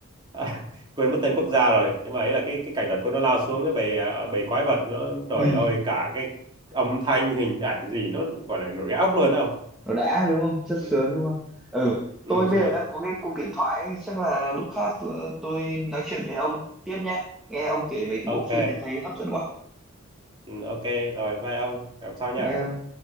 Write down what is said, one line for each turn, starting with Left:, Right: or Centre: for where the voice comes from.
Right: à, <laughs> quên mất tên quốc gia rồi nhưng mà ấy là cái cái cảnh đoàn quân nó lao xuống cái bầy à, bầy quái vật nó trời
Centre: ừ
Right: ơi cả cái âm thanh hình ảnh gì nó gọi là nổi gai óc luôn không
Centre: nó đã đúng không rất
Right: ừ,
Centre: sướng đúng không ừ
Right: ừ
Centre: tôi bây
Right: sướng
Centre: giờ đang có cái cuộc điện thoại ấy. chắc là lúc khác tôi, tôi nói chuyện với ông tiếp nha nghe ông kể về cái
Right: ok
Centre: bộ phim này thấy hấp dẫn quá
Right: ừ, ok rồi bye ông gặp sau nha
Centre: bye ông